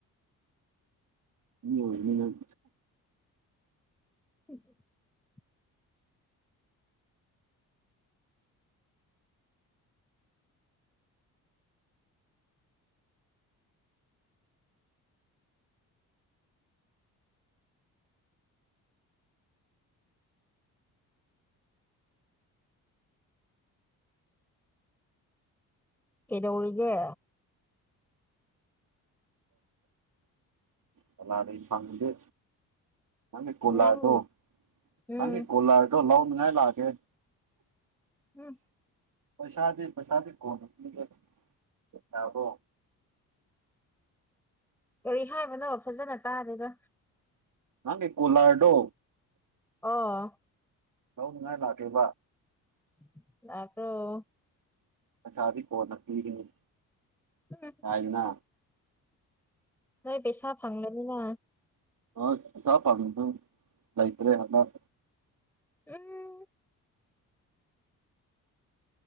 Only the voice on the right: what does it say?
ꯃꯤ ꯑꯣꯏꯔꯅꯤ ꯅꯪ
ꯆꯂꯥꯔ ꯐꯥꯡꯗꯦ ꯅꯗꯤ ꯀꯣꯂꯥꯔꯗꯣ
ꯅꯗꯤ ꯀꯣꯂꯥꯔ ꯂꯧꯅꯤꯡ ꯉꯥꯏ ꯂꯥꯛꯀꯦ
ꯄꯩꯁꯥꯗꯤ ꯄꯩꯁꯥꯗꯤ ꯀꯣꯟꯅ ꯄꯤꯒꯦ ꯌꯥꯕ꯭ꯔꯣ
ꯅꯪꯒꯤ ꯀꯣꯂꯔꯗꯣ
ꯂꯧꯅꯤꯡꯉꯥꯏ ꯂꯥꯛꯀꯦꯕ
ꯄꯩꯁꯥꯗꯤ ꯀꯣꯅ ꯄꯤꯒꯅꯤ
ꯀꯥꯏꯅ
ꯍꯣꯐ ꯄꯩꯁꯥ ꯐꯪꯂꯁꯨ ꯂꯥꯏꯇꯔꯦ ꯍꯟꯅꯛ